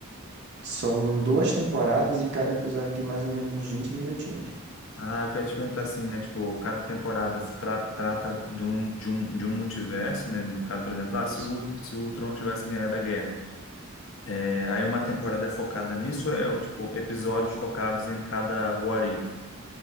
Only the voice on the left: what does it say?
Ah, eu queria te perguntar assim, né? Tipo, cada temporada se tra- trata de um, de um, de um multiverso, né? No caso, por exemplo, ah, se
o, se o Tron tivesse ganhado a guerra. É, aí uma temporada é focada nisso, ou é tipo, episódios focados em cada What If?